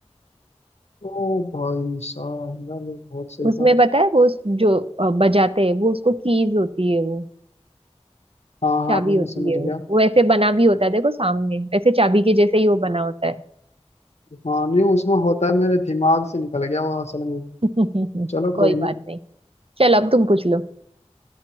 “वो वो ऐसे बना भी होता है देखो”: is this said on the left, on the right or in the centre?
Right